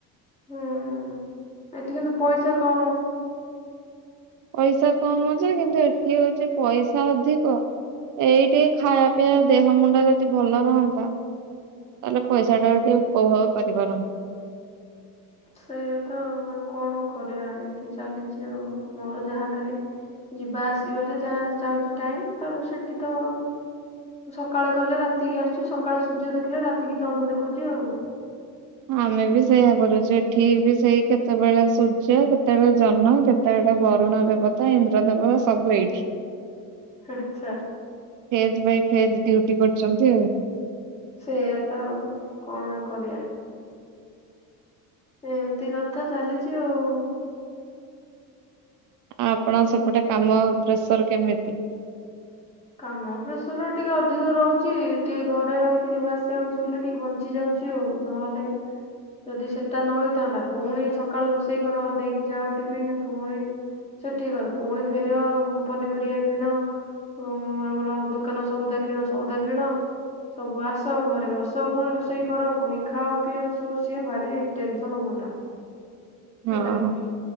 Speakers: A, on the left; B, on the right.
A: ହଁ ଏଠି କିନ୍ତୁ ପଇସା କମ।
B: ପଇସା କମ ଯେ, କିନ୍ତୁ ଏଠି ହଉଛି ପଇସା ଅଧିକ। ଏଇ ଟିକେ ପିଇଆ ଦେହ ମୁଣ୍ଡ ଯଦି ଭଲ ରହନ୍ତା। ତାଲେ ପଇସା ଟା ଟିକେ ଉପଭୋଗ କରିପାର <inaudible>
A: ସେଇୟାତ ଆଉ ଆଉ କଣ କରିବା ଏମିତି ଚାଲିଛି ଆଉ, ମୋର ଯାହା ଖାଲି ଯିବା ଆସିବାରେ ଯାହା ଯାଉଚି ଟାଇମ୍। ତାପରେ ସେଠି ତ ସକାଳେ ଗଲେ ରାତିକି ଆସୁଛି। ସକାଳେ ସୂର୍ଯ୍ୟ ଦେଖିଲେ ରାତିକି ଜହ୍ନ ଦେଖୁଛି ଆଉ।
B: ଆମେ ବି ସେଇଆ କରୁଛୁ। ଏଠି ବି ସେଇ କେତେବେଳେ ସୂର୍ଯ୍ୟ, କେତେବେଳେ ଜହ୍ନ। କେତ କେତେବେଳେ ବରୁଣ ଦେବତା ଇନ୍ଦ୍ର ଦେବତା ସବୁ ଏଇ <inaudible>
A: ଆଚ୍ଛା
B: ଫେଜ ଭାଇ ଫେଜ ଡ୍ୟୁଟି କରିଛନ୍ତି ଆଉ
A: ସେଇଆ ତ କଣ କରିବା। ଏମିତି କଥା ଚାଲିଛି ଆଉ।
B: ଆଉ ଆପଣ ସପଟେ କାମ ପ୍ରେସର କେମିତି?
A: କାମ ପ୍ରେସର ଟିକେ ଅଧିକ ରହୁଛି। ଟିକେ ଘରେ ରହିକି ଯିବା ଆସିବା ହଉଛି ବୋଲି ଟିକେ ବଞ୍ଚି ଯାଉଛି। ଚି ଆଉ ନହେଲେ ଯଦି ସେଟା ନ ହେଇଥାନ୍ତା। ପୁଣି ସକାଳୁ ରୋଷେଇ କର ନେଇକି ଯାଅ ଟିଫିନ ପୁଣି ସେଠିକ କର ପୁଣି ଫେର ପନିପରିବା କିଣ ହଁ ଆମର ଦୋକାନ ସଉଦା କିଣ ସଉଦା କିଣ ସବୁ ଆସ ଘରେ ବସ ପୁଣି ରୋଷେଇ କର ପୁଣି ଖାଅ ପିଅ ସୁଅ ସିଏ ଭାରି ଟେନସନ ହୁଅନ୍ତା
B: <inaudible> ହଁ
A: ହେଲାକି